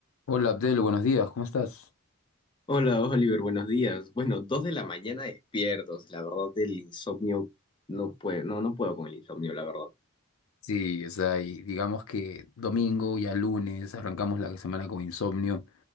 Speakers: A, on the left (about 70°); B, on the left (about 20°).
A: Hola Abdel, buenos días, ¿cómo estás?
B: Hola Oliver, buenos días. Bueno, dos de la mañana despiertos. La verdad, del insomnio no puedo, no, no puedo con el insomnio, la verdad.
A: Sí, o sea, y digamos que domingo, ya lunes, arrancamos la semana con insomnio.